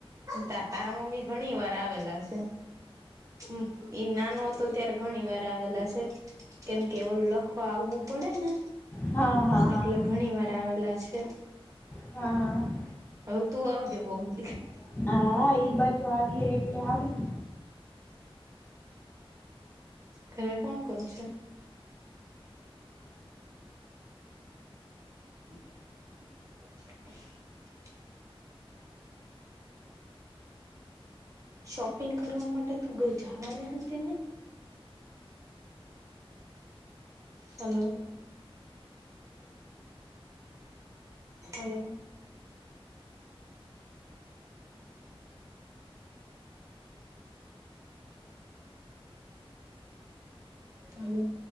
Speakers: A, on the right; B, on the left.
A: તા તારા મમ્મી ઘણી વાર આવેલા છે. હ ઈ નાનો તો ત્યારે ઘણી વાર આવેલા છે. કેમ કે એવ લખવા આવવું પડે ને
B: હા, હા, હા.
A: એટલે ઘણી વાર આવેલા છે.
B: હા હા.
A: હવે તું આવજે કોક <unintelligible>
B: હા એઈ બાજુ આવી એકલે આવીશ.
A: ઘરે કોણ કોણ છે? <inaudible> શોપિંગ કરવા માટે તું ગ જવાની હતી ને? Hello, hello. હલો.